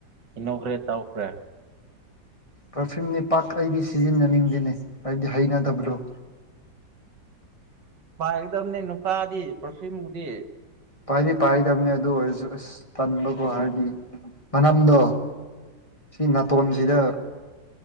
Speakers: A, on the right; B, on the left.
A: ꯏꯅꯣꯛꯈ꯭ꯔꯦꯠ ꯇꯥꯎꯈ꯭ꯔꯦ
B: ꯄꯔꯐ꯭ꯌꯨꯝꯅꯤ ꯄꯥꯛ ꯑꯩꯗꯤ ꯁꯤꯖꯤꯟꯅꯅꯤꯡꯗꯦꯅꯦ ꯍꯥꯏꯕꯗꯤ ꯍꯩꯅꯗꯕꯗꯣ
A: ꯄꯥꯏꯒꯗꯝꯕꯅꯦ ꯅꯨꯄꯥꯗꯤ ꯄꯔꯐ꯭ꯤꯝꯗꯤ
B: ꯄꯥꯏꯗꯤ ꯄꯥꯏꯗꯕꯅꯤ ꯑꯗꯨ ꯑꯣꯏꯔꯁꯨ ꯑꯁ ꯇꯟꯕꯀꯣ ꯍꯥꯏꯗꯤ ꯃꯅꯝꯗꯣ ꯁꯤ ꯅꯇꯣꯟꯁꯤꯗ